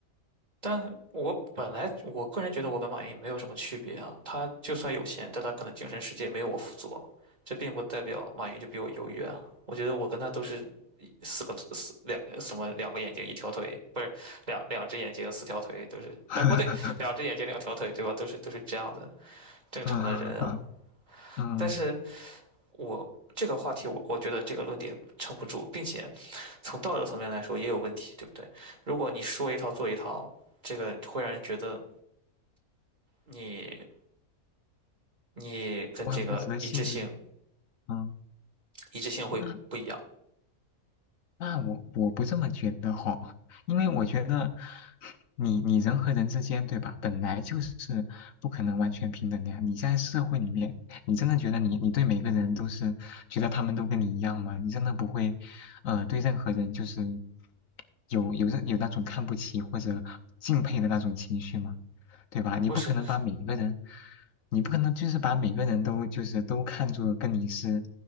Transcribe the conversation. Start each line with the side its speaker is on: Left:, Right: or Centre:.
Right: 但我本来我个人觉得我跟马云没有什么区别啊，他就算有钱，但他可能精神世界没有我富足，这并不代表马云就比我优越啊。我觉得我跟他都是四个四两什么两个眼睛一条腿，不是两两只眼睛四条腿都是啊，
Left: <laughs>
Right: 不对，两只眼睛两条腿对吧？都是都是这样子。正常的人啊。
Left: 嗯嗯，
Right: 但是我这个话题我，我觉得这个论点撑不住，并且从道德层面来说也有问题，对不对？如果你说一套做一套，这个会让人觉得你你跟这个一致性
Left: <laughs> 我很不值得信任。嗯，
Right: 一致性会不一样，
Left: 那那我我不这么觉得吼，因为我觉得你你人和人之间，对吧？本来就是不可能完全平等的呀。你在社会里面，你真的觉得你你对每个人都是觉得他们都跟你一样吗？你真的不会，呃，对任何人就是有有任有那种看不起或者敬佩的那种情绪吗？对吧？你不可能把每个人，
Right: 不是？
Left: 你不可能就是把每个人都就是都看作跟你是。